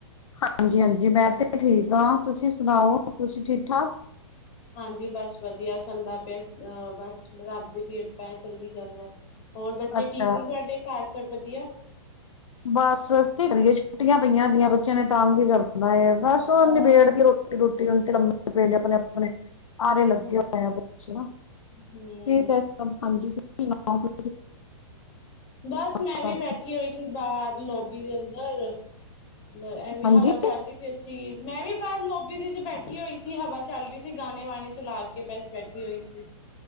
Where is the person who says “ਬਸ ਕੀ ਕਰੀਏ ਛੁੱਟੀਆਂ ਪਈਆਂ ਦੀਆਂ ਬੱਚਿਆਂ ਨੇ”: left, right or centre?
Left